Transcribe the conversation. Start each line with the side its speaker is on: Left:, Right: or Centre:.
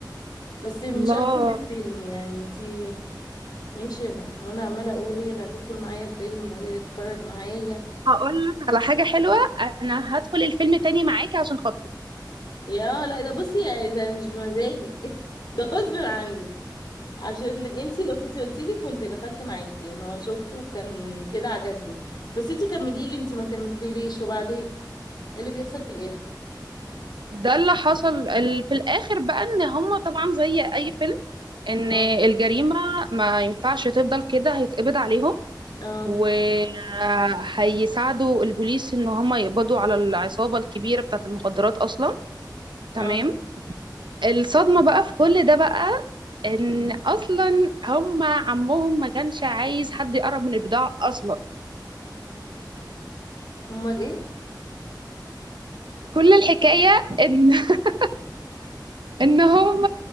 Left: بس مش
Right: الله
Left: احسن من الفيلم يعني انتي ماشي يا رحمة وانا عمالة اقول هي اللي هتدخل معايا الفيلم وهي اللي تتفرج معايا
Right: هقول لك على حاجه حلوه انا هدخل الفيلم تاني معاكي عشان خاطري
Left: يا لا ده بصي يعني ده مش بمزاجك <laughs> ده غصب عنك عشان انتي لو كنت قلتي لي كنت دخلت معاكي انا شفته وكان كده عجبني بس انتي كملي لي انتي ما كملتيليش وبعدين ايه اللي بيحصل في الاخر
Right: ده اللي حصل ال- في الاخر بقى ان هم طبعا زي اي فيلم ان
Left: اه
Right: الجريمة ما ينفعش تفضل كده هيتقبض عليهم
Left: اه
Right: وهيساعدوا البوليس ان هم يقبضوا على العصابة الكبيرة بتاعة المخدرات اصلا تمام
Left: اه
Right: الصدمة بقى في كل ده بقى ان اصلا هم عمهم ما كانش عايز حد يقرب من البضاعة اصلا
Left: امال ايه
Right: كل الحكاية ان <laughs> ان هم